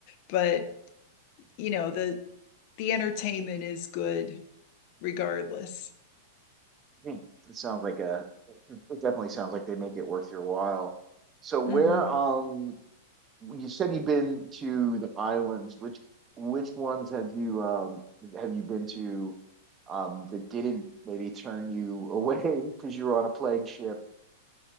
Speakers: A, on the left (about 50°); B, on the right (about 25°).
A: but you know the the entertainment is good regardless
B: Hmm. It sounds like a it definitely sounds like they make it worth your while. So where
A: hmm
B: um you said you've been to the islands, which which ones had you um have you been to um that didn't maybe turn you away <laughs> because you were on a plague ship?